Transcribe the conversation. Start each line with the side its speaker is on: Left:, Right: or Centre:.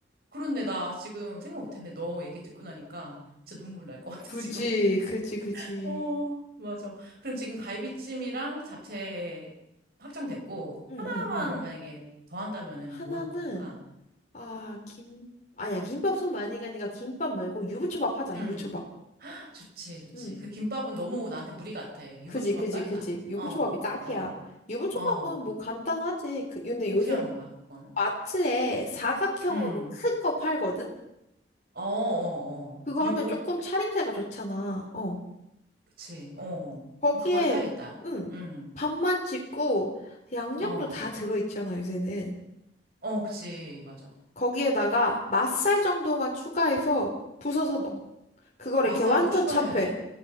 Right: 그런데 나 지금 생각 못했는데 너 얘기 듣고 나니까 진짜 눈물 날 것 같아,
Left: 그지,
Right: 지금.
Left: 그지, 그지.
Right: <laughs> 어, 맞아. 그럼 지금 갈비찜이랑 잡채 확정됐고,
Left: 응,
Right: 하나만
Left: 응, 응.
Right: 만약에 더 한다면은
Left: 하나는,
Right: 뭐 하면 좋을까?
Left: 아, 김, 아니야, 김밥 손 많이 가니까 김밥 말고 유부초밥 하자,
Right: 응.
Left: 유부초밥.
Right: 좋지, 좋지.
Left: 응.
Right: 그 김밥은 너무 나한테 무리 같아. 유부초밥
Left: 그지, 그지,
Right: 딱이다.
Left: 그지. 유부초밥이
Right: 어,
Left: 딱이야.
Right: 어,
Left: 유부초밥은
Right: 어.
Left: 뭐 간단하지. 그, 근데
Right: 어떻게
Left: 요새
Right: 하는 거야, 그거는?
Left: 마트에 사각형으로
Right: 음,
Left: 큰 거 팔거든?
Right: 어, 어, 어.
Left: 그거
Right: 유부?
Left: 하면 조금 차림새가 좋잖아. 어.
Right: 그치, 어. 그럼
Left: 거기에
Right: 그걸 사야겠다.
Left: 음
Right: 음,
Left: 밥만 짓고 양념도
Right: 어,
Left: 다 들어있잖아 요새는
Right: 어, 그치, 맞아.
Left: 거기에다가 맛살 정도만 추가해서 부숴서 넣어 그걸
Right: 맛살도
Left: 이렇게 완전
Right: 추가해야
Left: 차해
Right: 돼?